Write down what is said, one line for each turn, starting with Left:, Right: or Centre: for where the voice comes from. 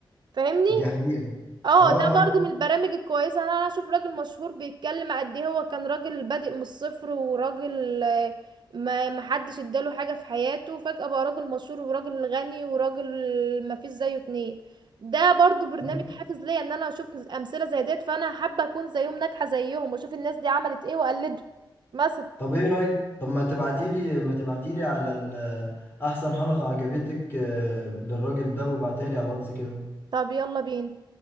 Right: فاهمني
Left: دي حقيقة
Right: اه
Left: اه
Right: ده برضو
Left: اه
Right: من البرامج الكويسه انا أنا اشوف راجل مشهور بيتكلم قد ايه هو كان راجل بادئ من الصفر وراجل آه، ما ما حدش اداله حاجه في حياته فجاه بقى راجل مشهور وراجل غني وراجل ما فيش زيه اتنين ده برضو برنامج
Left: آه.
Right: حافز ليا ان انا اشوف امثله زي ديت فانا حابه اكون زيهم ناجحه زيهم واشوف الناس دي عملت ايه واقلده مثلا
Left: طب ايه رأيك طب ما تبعتيلي ما تبعتيلي على ال- احسن حلقة عجبتك آه، للراجل ده وابعتها لي على الواتس كده
Right: طب يلا بينا